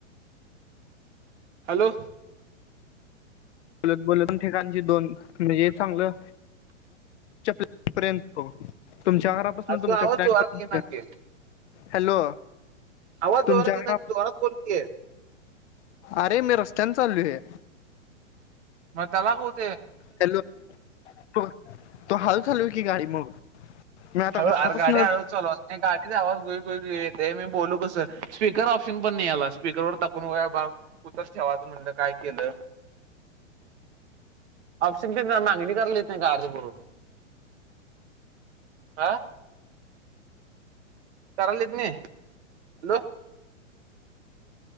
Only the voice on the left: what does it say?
बोलत बोलत ठिकाणची दोन म्हणजे चांगलं <inaudible> तुमच्या घरापासून
तुमच्या
फ्लॅट
पर
हॅलो
तुमच्या
घरा
अरे मी रस्त्याने चाललोय.
हॅलो तू तु हळू चालव क की गाडी मग मी आता
घरापासून